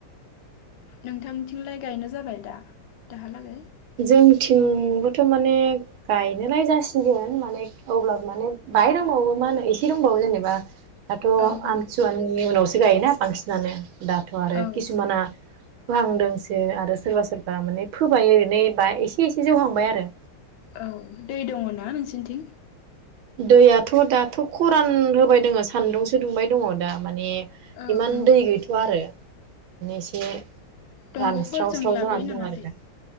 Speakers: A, on the left; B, on the right.
A: नोंथांनिथिंलाय गायनाय जाबाय दा दाहालागै?
B: जोंनिथिंबोथ' माने गायनोलाय जासिगोन माने अब्लाबो माने बाहाय दोंबावो मा होनो एसे दोंबावो जेनेबा दाथ'
A: औ औ
B: आमथिसुवानि उनावसो गायोना बांसिनानो। दाथ' आरो
A: औ
B: किसुमाना फोहांदोंसो आरो सोरबा सोरबा माने फोबाय माने बा एसे एसे जौहांबाय आरो।
A: औ दै दङ' ना नोंसिनिथिं?
B: दैयाथ' दाथ' खरान होबाय दोङो सान्दुंसो दुंबाय दङ दा माने
A: औ
B: इमान
A: औ
B: दै गैथ'आ आरो। माने एसे
A: दंग'फोर
B: रानस्राव
A: जों
B: स्राव
A: लाबोयो
B: जानानै दं
A: नामा
B: आरो
A: दैे?
B: दा